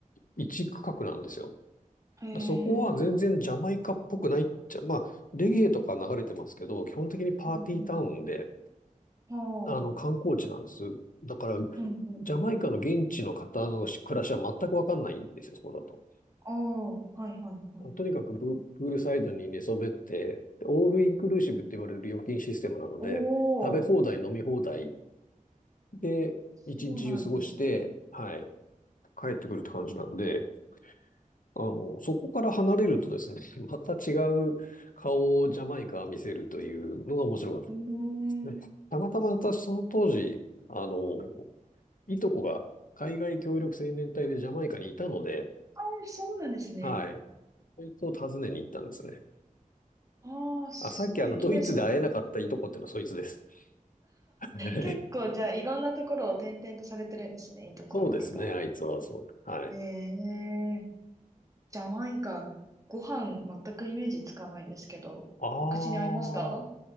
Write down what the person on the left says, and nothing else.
一区画なんですよ。
だそこは全然ジャマイカっぽくないっちゃ、まあ、レゲエとか流れてますけど、基本的にパーティータウンで、
あの、観光地なんです。だから、
ジャマイカの現地の方の暮らしは全くわかんないんですよ、そこだと。
とにかくププールサイドに寝そべって、オールインクルーシブって言われる料金システムなので、
食べ放題、
飲み放題で、
一日中過ごして、はい、帰ってくるって感じなので、あの、そこから離れるとですね、<laughs> また違う顔をジャマイカは見せるというのが面白かったで
すね。たまたま私その当時、あの、いとこが海外協力青年隊でジャマイカにいたので、
はい、そいつを訪ねに行ったんですね。
あ、さっきあの、ドイツで会えなかったいとこっていうのはそいつです。<laughs>
そうですね、あいつはそう。はい。
ああ、